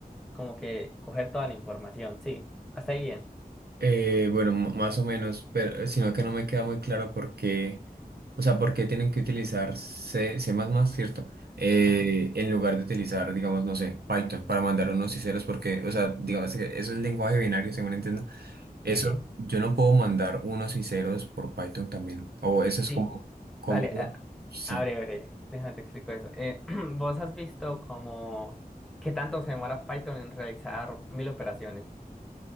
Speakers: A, in the centre; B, on the right.
A: como que coger toda la información. Sí, hasta ahí bien.
B: Eh, bueno, m- más o menos, pero sino que no me queda muy claro por qué, o sea, por qué tienen que utilizar C, C++, ¿cierto? Eh,
A: Ajá.
B: en lugar de utilizar, digamos, no sé, Python para mandar unos y ceros, porque, o sea, digamos que eso es lenguaje binario, según entiendo. Eso,
A: Sí,
B: yo no puedo mandar unos y ceros por Python también, o eso es
A: sí.
B: como, como,
A: Dale,
B: sí,
A: Abre, abre, déjame te explico eso. Eh, <clears throat> ¿vos has visto como qué tanto se demora Python en realizar mil operaciones?